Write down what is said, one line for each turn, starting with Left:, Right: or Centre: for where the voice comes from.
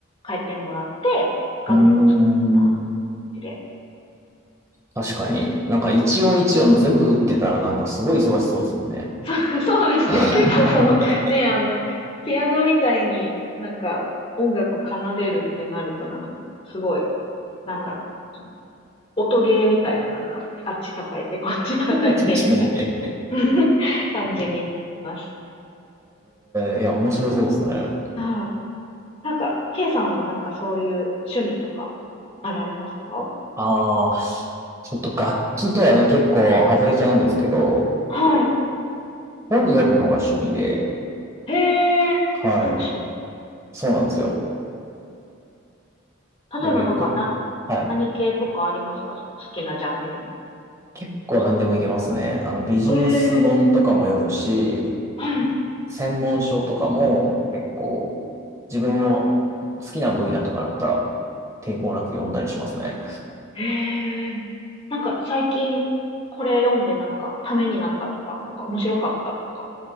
Left: 変えてもらって、楽譜を作った感
Right: うん。うーん。
Left: じで。
Right: 確かに。なんか一音一音全部打ってたら、なんかすごい忙しそうですもんね。
Left: <laughs> そうそうですね。結構その、
Right: <laughs> 確
Left: ね、あの、ピアノみたいになんか音楽を奏でるってなるとなんかもうすごい、なんだろう。その音ゲーみたいな、なんか、あっち叩いて、こっち叩いて、
Right: かに。
Left: みたい
Right: え
Left: な <laughs> 感じになります。
Right: ーいや、面白そうですね。
Left: はい。なんか、K さんはなんかそういう趣味とか、あられますか
Right: ああ、ちょっと楽器とはね、結構外れちゃうんですけど、
Left: はい。
Right: 本読むのが趣味で、
Left: へえ、
Right: はい。
Left: 読書。
Right: そうなんですよ。で、
Left: 例えばなんか、
Right: 結構、
Left: な、
Right: はい。
Left: 何系とかありますかその好きなジャンルの。
Right: 結構何でもいけますね。あの、ビジネス本とかも読むし、
Left: へえ、は
Right: 専門書とかも結構自分の好きな分野とかだったら抵抗なく読んだりしますね。
Left: い。へえ、なんか最近、これ読んでなんか、ためになったとか、なんか面白かったとか、